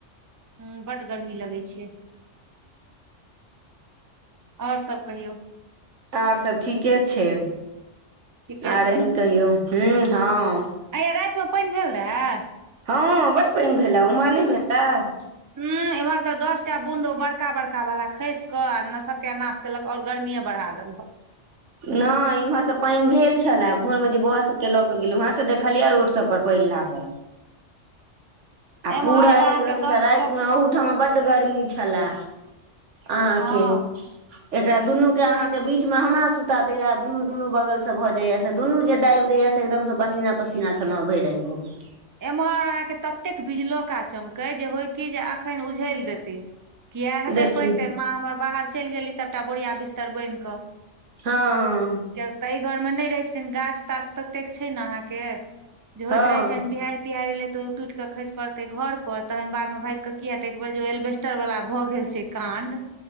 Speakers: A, on the right; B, on the right.
A: हूं बड गर्मी लगय छैय और सब कहियौ।
B: आर सब ठीके छैय
A: ठीके
B: आर अहीं कहियौ ह हँ।
A: आय यै रातिमे पानि भेल रहए?
B: हँ बड पानि भेलए उम्हर नहि भेलए?
A: ह एम्हर तऽ दस टा बूदो बड़का बड़का वाला खसि कऽ ने सत्यनाश केलक आऔर गर्मीए बढ़ा देलक।
B: नहि इम्हर तऽ पानि भेल छला भोर मे जे बौआ सब के लऽ के गेलहु हें तऽ देखलियै रोड सब पर पानि लागल, आ
A: एम्हर
B: पुरा
A: तऽ
B: एकदम
A: अहाँके दस
B: सऽ राति
A: टा
B: मे उ ओ ठमा बड्ड गर्मी छलए अहाँके।
A: हँ
B: एकरा दुनू के अहाँके बीच में हमरा सु सुता दैया दुनू दुनू बगल से भऽ जाइया से दुनू जे दाबि दैया से एकदमसँ पसीना पसीना छलहु भरि राति भऽ गेल।
A: एम्हर अहाँके ततेक बिजलोका चमकै जे होय की जे अखन उझैल देतै। किए हेतै
B: देखी
A: पानि तानि माॅं हमर बाहर चलि गेलय सभटा बोरिया बिस्तर बान्हि कऽ।
B: हँ हँ
A: किय तऽ एहि घर मे नहि रहै छथिन गाछ ताछ ततेक छैय ने अहाँके जे
B: हँ
A: होइत रहै छनि बिहारि तिहारि एले त ओ टूट के खस पड़ते घर पर तहन बाद मे भागिक क हेतै एक बेर ए जे एल्बे पटर वला भऽ गेल छै काण्ड